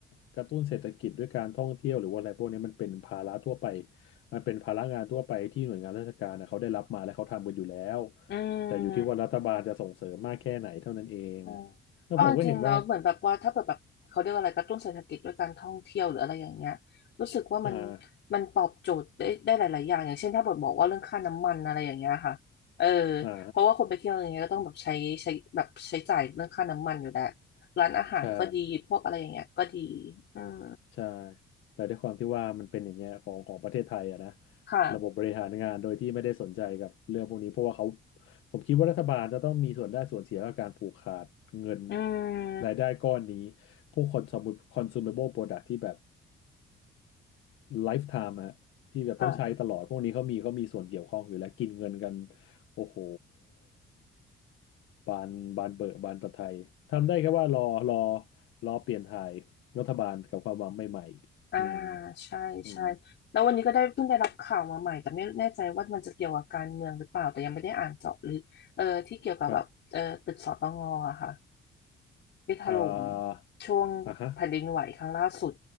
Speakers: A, on the left; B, on the left.
A: กระตุ้นเศรษฐกิจด้วยการท่องเที่ยวหรือว่าอะไรพวกนี้มันเป็นภาระทั่วไปมันเป็นภาระงานทั่วไปที่หน่วยงานราชการนะเขาได้รับมาและเขาทำกันอยู่แล้ว
B: อืม
A: แต่อยู่ที่ว่ารัฐบาลจะส่งเสริมมากแค่ไหนเท่านั้นเอง
B: อืม
A: แล้วผมก็เห็นว่า
B: เอาจริงๆแล้วเหมือนแบบว่าถ้าเปิดแบบเขาเรียกว่าอะไรกระตุ้นเศรษฐกิจด้วยการท่องเที่ยวหรืออะไรอย่างเงี้ยรู้สึกว่ามัน
A: อ่า
B: มันตอบโจทย์ได้ได้หลายๆอย่างอย่างเช่นถ้าเปิดบอกว่าเรื่องค่าน้ำมันอะไรอย่างเงี้ยค่ะเออ
A: อ่า
B: เพราะว่าคนไปเที่ยวอย่างเงี้ยก็ต้องแบบใช้ใช้แบบใช้จ่ายเรื่องค่าน้ำมันอยู่แล้วร้านอาหารก็ดีพวกอะไรอย่างเงี้ยก็ดี
A: ใช่
B: อืม
A: ใช่แต่ด้วยความที่ว่ามันเป็นอย่างเงี้ยของของประเทศไทยอะนะ
B: ค่ะ
A: ระบบบริหารงานโดยที่ไม่ได้สนใจกับเรื่องพวกนี้เพราะว่าเขาผมคิดว่ารัฐบาลจะต้องมีส่วนได้ส่วนเสียกับการผูกขาดเงิน
B: อืม
A: รายได้ก้อนนี้พวกคอน consumable product ที่แบบ ไลฟ์ไทม์ฮะที่แบบต้องใช้ตลอดพวกนี้เขามีเขามีส่วนเกี่ยวข้องอยู่แล้วกินเงินกัน
B: ค่ะ
A: โอ้โหบานบานเบอะบานตะไทยทำได้แค่ว่ารอรอรอเปลี่ยนถ่ายรัฐบาลกับความหวังใหม่ๆอืม
B: อ่าใช่ใช่
A: อืม
B: แล้ววันนี้ก็ได้เพิ่งได้รับข่าวมาใหม่แต่ไม่แน่ใจว่ามันจะเกี่ยวกับการเมืองหรือเปล่าแต่ยังไม่ได้อ่านเจาะลึกเออที่เกี่ยวกับแบบเออตึกสตงอะค่ะ
A: ครับ
B: ที่ถล่ม
A: อ่า
B: ช่วงแผ่นดินไหวครั้งล่าสุด
A: อ่าฮะ